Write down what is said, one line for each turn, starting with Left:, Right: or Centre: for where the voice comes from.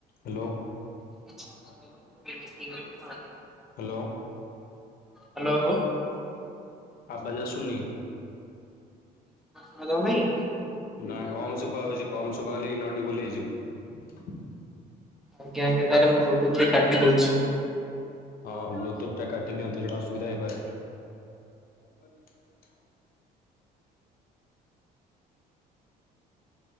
Left: Hello.
Centre: <unintelligible>
Left: Hello.
Centre: Hello.
Left: ଆବାଜ୍ ଆସୁନି।
Centre: ଶୁଣାଯାଉ ନାହିଁ?
Left: ନା କମ୍ ଶୁଭା ହୋଉଚି କମ ଶୁଭାଗଲେ ଇନ୍ଅଡିବୁଲ ହେଇଯିବ।
Centre: ଆଜ୍ଞା ଆଜ୍ଞା ତାରେ ମୁଁ ବ୍ଲୁଟୁଥରେ କାଟି ଦୋଉଛି।
Left: ହଁ ବ୍ଲୁଟୁଥଟା କାଟିି ଦିଆନ୍ତୁ ସେଟା ଅସୁବିଧା ହେଇପାରେ। ତା ଗଲି ନାହିଁ।